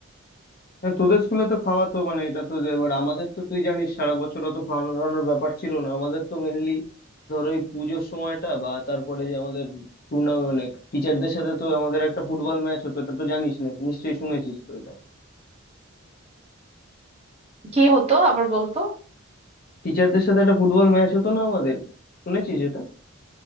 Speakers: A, on the left; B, on the right.
A: হ্যাঁ, তোদের স্কুলে তো খাওয়াতো মানে এটা তো যে- এবার আমাদের তো তুই জানিস সারা বছর অত খাওয়ানো দাওয়ানোর ব্যাপার ছিল না আমাদের তো মেনলি ধর ওই পুজোর সময়টা বা তারপরে যে আমাদের টুর্নামেন্ট মানে টিচারদের সাথে তো আমাদের একটা ফুটবল ম্যাচ হতো এটা তো জানিস না নিশ্চয়ই শুনেছিস তো এটা
B: কি হতো আবার বলতো
A: টিচারদের সাথে একটা ফুটবল ম্যাচ হতো না আমাদের শুনেছিস এটা